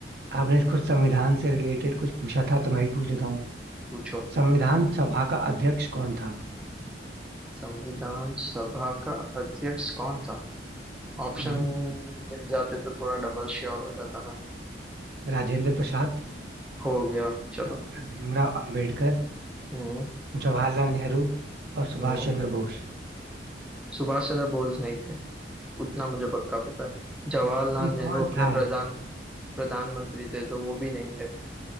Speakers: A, on the right; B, in the centre.
A: आपने कुछ संविधान से रिलेटेड कुछ पूछा था तो मैं भी पूछ लेता हूँ
B: <laughs> पूछो
A: संविधान सभा का अध्यक्ष कौन था
B: संविधान सभा का अध्यक्ष कौन था ऑप्शन
A: हम्म,
B: मिल जाते तो थोड़ा डबल श्योर हो जाता मैं
A: राजेंद्र प्रसाद
B: हो गया चलो
A: डॉक्टर भीमराव अंबेडकर
B: हम्म
A: जवाहरलाल नेहरू और सुभाष
B: हम्म
A: चंद्र बोस
B: सुभाष चंद्र बोस नहीं थे उतना मुझे पक्का पता है जवाहरलाल
A: ये
B: नेहरू
A: कौन
B: अपने
A: था
B: प्रधान प्रधानमंत्री थे तो वो भी नहीं थे